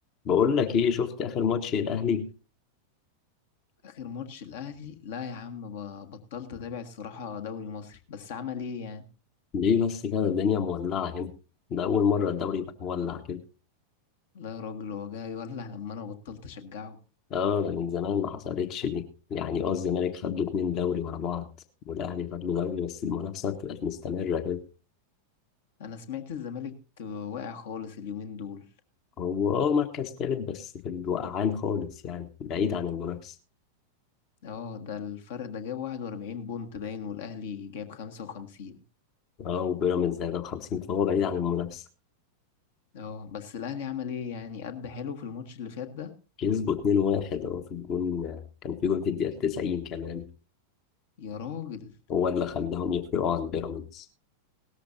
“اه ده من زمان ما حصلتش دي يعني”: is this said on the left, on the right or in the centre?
Left